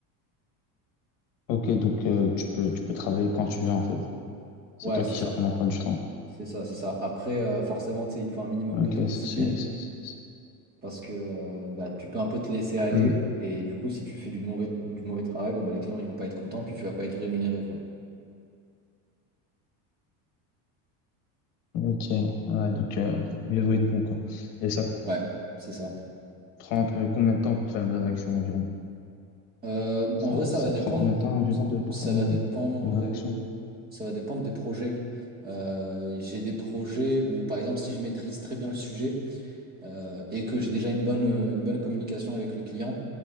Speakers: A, on the left; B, on the right.
A: Ok, donc, euh, tu peux, tu peux travailler quand tu veux, en fait. C'est
B: Ouais,
A: toi
B: c'est
A: qui gères
B: ça.
A: ton emploi du temps.
B: C'est ça, c'est ça. Après, euh, forcément, tu sais, il te faut un minimum
A: Ok,
B: d'autodiscipline
A: ça, c'est, c'est- c'est- c'est-
B: parce que euh, bah, tu peux un peu te laisser aller
A: mm.
B: et du coup, si tu fais du mauvais, du mauvais travail, bon, bah, les clients, ils vont pas être contents puis tu vas pas être rémunéré, quoi.
A: Ok, ouais, donc euh,
B: Mm.
A: mieux vaut être bon quoi. Et ça te
B: Ouais, c'est ça.
A: prend un peu combien de temps pour faire une rédaction environ?
B: Euh,
A: Ça,
B: en vrai, ça
A: ça
B: va dépendre.
A: te prend combien de temps environ de, pour
B: Ça
A: faire une,
B: va dépendre.
A: une rédaction?
B: euh, Ça va dépendre des projets. Euh, j'ai des projets où, par exemple, si je maîtrise très bien le sujet, euh, et que j'ai déjà une bonne, euh, une bonne communication avec le client,